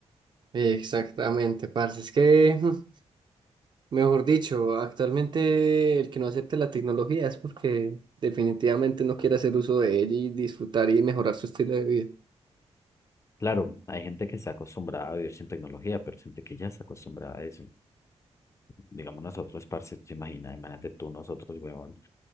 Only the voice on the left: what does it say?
Claro, hay gente que está acostumbrada a vivir sin tecnología, pero gente que ya está acostumbrada a eso. Digamos nosotros, parce, te imaginas, imagínate tú, nosotros, huevón,